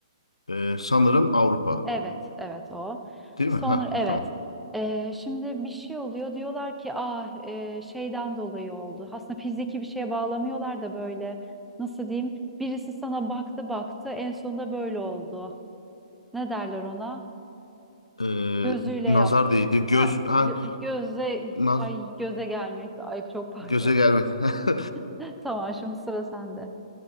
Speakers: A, on the left (about 80°); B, in the centre.
A: ee, sanırım Avrupa.
B: Evet, evet o.
A: Değil
B: Sonra
A: mi? Ha,
B: evet.
A: tamam.
B: Ee, şimdi bir şey oluyor diyorlar ki ah e, şeyden dolayı oldu. Aslında fiziki bir şeye bağlamıyorlar da böyle nasıl diyeyim? Birisi sana baktı baktı en sonunda böyle oldu. Ne derler ona?
A: Ee,
B: Gözüyle
A: nazar
B: yaptı.
A: değdi. Göz
B: Ha,
A: ha,
B: gö- göze
A: naz,
B: ay göze gelmekti. Ay çok pardon.
A: göze gelmedi. <laughs>
B: <laughs> Tamam şimdi sıra sende.